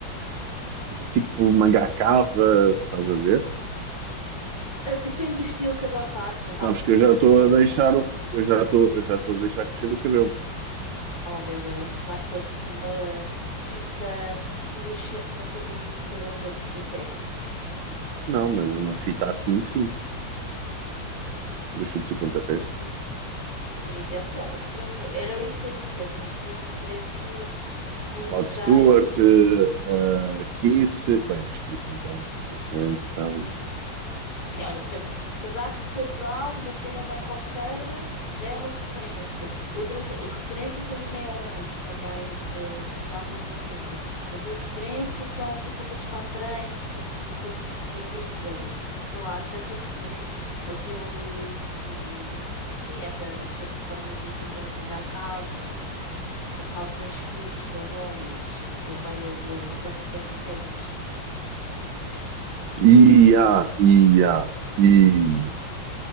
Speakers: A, on the right; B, on the left.
A: tipo manga cava, estás a ver?
B: Eh, Depende do estilo que adotares, mas
A: Sabes
B: há muitas
A: que eu já
B: referências.
A: estou a deixar o, eu já estou, eu já estou a deixar crescer o cabelo.
B: Oh meu Deus, vais pôr tipo uma fita fluorescente na cabeça com o cabelo todo tipo em pé.
A: Não, mas uma fita a sim, dos chutes e pontapés.
B: Por exemplo, é uma referência. Era isso que eu ia dizer. Tens muitas referências musicais
A: Rod Stewart, eh, Kiss, bem, mas Kiss então, isso é um bocado.
B: Sim, olha, por exemplo, um casaco de cabedal, uma cena meio roqueira, já é uma referência. Outra re- referência são os neons também, eh, que se usava muito. Outra referência são tipo aqueles patranhos, tipo de cores muito garridas. Sei lá, há tanta referência. Aqueles. eh, sim, essa que estavas a dizer, camisolas de manga à cava, eh, calções curtos para os homens, eh, com meia de- da raquete do ténis.
A: E há, e há, e